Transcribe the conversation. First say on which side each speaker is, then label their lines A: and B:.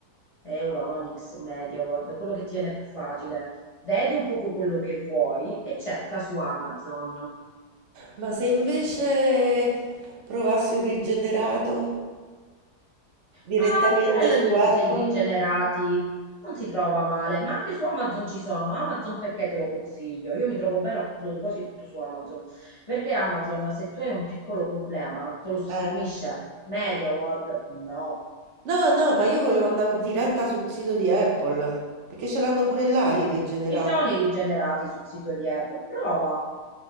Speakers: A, on the left (about 45°); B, on the right (about 55°).
A: Euronics, MediaWorld, quello che tiene più facile. Vedi un poco quello che vuoi e cerca su Amazon.
B: Ma se invece provassi un rigenerato? Direttamente
A: Ma mia sorella
B: su
A: li usa
B: Apple?
A: i rigenerati, non si trova male, ma anche su Amazon ci sono. Amazon perché te lo consiglio? Io mi trovo bene, ho comprato quasi tutto su Amazon. Perché Amazon, se tu hai un piccolo problema, te lo sostituisce.
B: Eh.
A: MediaWorld, no.
B: No, no, ma io volevo andare diretta sul sito di Apple, perché ce l'hanno pure là i rigenerati.
A: Ci sono i rigenerati sul sito di Apple, prova.